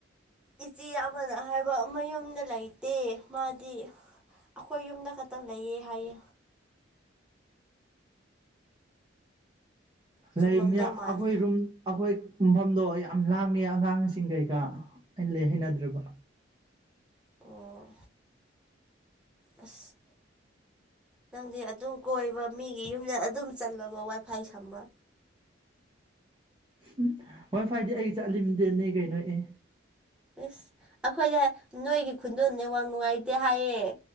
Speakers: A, in the centre; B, on the right.
A: ꯏꯆꯦ ꯑꯃꯅ ꯍꯥꯏꯕ ꯃꯌꯨꯝꯗ ꯂꯩꯇꯦ ꯃꯥꯗꯤ꯫ ꯑꯩꯈꯣꯏ ꯌꯨꯝꯗ ꯈꯛꯇ ꯂꯩꯌꯦ ꯍꯥꯏꯌꯦ꯫ ꯆꯨꯝꯃꯝꯗꯧ
B: ꯂꯩꯕꯅꯤ ꯑꯩꯈꯣꯏ
A: ꯃꯥꯜꯂꯦ
B: ꯔꯨꯝ꯫ ꯑꯩꯈꯣꯏ ꯈꯨꯝꯐꯝꯗꯣ ꯌꯥꯝ ꯂꯥꯡꯉꯦ ꯑꯉꯥꯡꯁꯤꯡ ꯀꯩꯀꯥ ꯑꯩ ꯂꯩ ꯍꯩꯅꯗ꯭ꯔꯕ꯫
A: ꯑꯣ ꯑꯁ꯫ ꯅꯪꯗꯤ ꯑꯗꯨꯝ ꯀꯣꯏꯕ ꯃꯤꯒꯤ ꯌꯨꯝꯗ ꯑꯗꯨꯝ ꯆꯜꯂꯒ ꯋꯥꯏ ꯐꯥꯏ ꯁꯥꯝꯕ꯫
B: ꯎꯝ ꯋꯥꯏ ꯐꯥꯏꯗꯤ ꯑꯩ ꯆꯠꯂꯤꯝꯗꯤꯅꯦ ꯀꯩꯅꯣ ꯑꯦ
A: ꯏꯁ ꯑꯩꯈꯣꯏꯗ ꯅꯣꯏꯒꯤ ꯈꯨꯟꯗꯣꯅꯦꯠꯋꯥꯛ ꯅꯨꯡꯉꯥꯏꯇꯦ ꯍꯥꯏꯌꯦ꯫